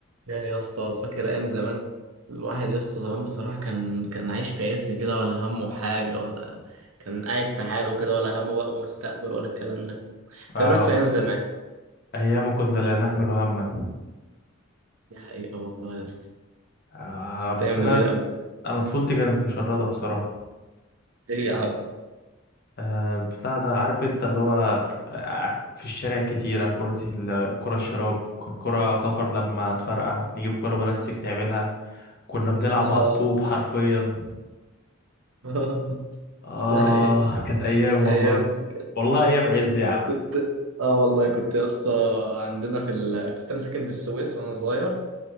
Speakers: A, on the right; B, on the left.
A: يا يا اسطى فاكر ايام زمان الواحد يا اسطى زمان بصراحه كان كان عايش في عز كده ولا همه حاجه ولا كان قاعد في حاله كده ولا همه بقى مستقبل ولا الكلام ده انت
B: اه
A: ايه رايك في ايام زمان
B: ايام كنا لا نحمل هما
A: دي حقيقه والله يا اسطى
B: آه بس
A: كانت ايام
B: انا
A: جميله
B: س...
A: قوي
B: انا طفولتي كانت مشردة بصراحة
A: ايه يا عم
B: آه بتاع ده عارف انت اللي هو آه في الشارع كتيرة كرة ال... كرة الشراب كرة كفر لما تفرقع نجيب كرة بلاستيك نعملها كنا بنلعب
A: اه
B: على الطوب حرفيا
A: <laughs>
B: اه
A: ده حقيقه
B: كانت ايام والله
A: ايام
B: والله ايام عز يا عم
A: كنت اه والله كنت يا اسطى عندنا في ال... كنت انا ساكن في السويس وانا صغير